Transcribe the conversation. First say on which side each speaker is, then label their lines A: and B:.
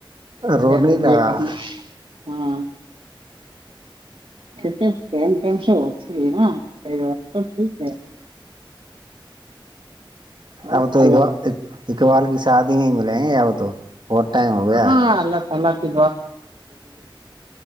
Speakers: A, on the right (about 60°); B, on the right (about 80°).
A: رون
B: ضرور
A: لگا
B: یہ کرنا ہاں کتی مم <unintelligible> ہو تھ نا ا ب س ٹھیک ہے اور
A: آ تو
B: اللہ
A: یہگ ایک بار شادی نہیں ملیں گے یا وہ تو بہت ٹائم ہو گیا
B: ہاں اللہ تلہاتا